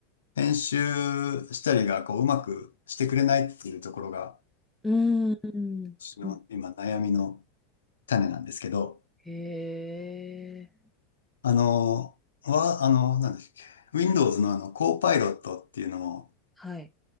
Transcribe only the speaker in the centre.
うん
うん
へえ
はい